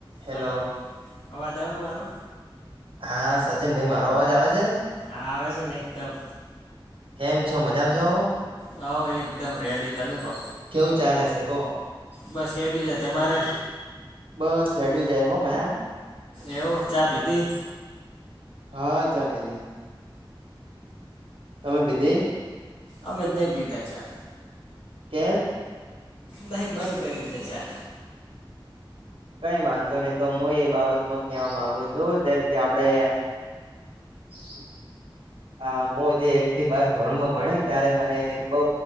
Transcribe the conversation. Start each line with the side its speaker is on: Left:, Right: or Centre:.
Right: Hello
Left: hello અવાજ આવ્યો મારો?
Right: હા હા સચિન ભાઈ મારો અવાજ આવે છે.
Left: હા આવે છે ને એકદમ
Right: કેમ છો મજામાં છો
Left: હ એકદમ રેડી તમે કહો
Right: કેવું ચાલે છે કો
Left: બસ એેડી જાય તમારે
Right: બસ હેડિું જાય હો ભયા
Left: એવ ચા પીતી
Right: હા ચા ભી દી તમે પીધી
Left: અમે નહી પીતા ચાય
Right: કેમ
Left: નહી બંધ કરીને છે ચા
Right: કઈ માનતો નહી તો હું એ બાબતમાં કહેવા માગુ છું જેમ કે આપડે <unintelligible> આ મો જે એક થી બાર ધોરણ માં ભણ્યો ને ત્યારે મને બઉ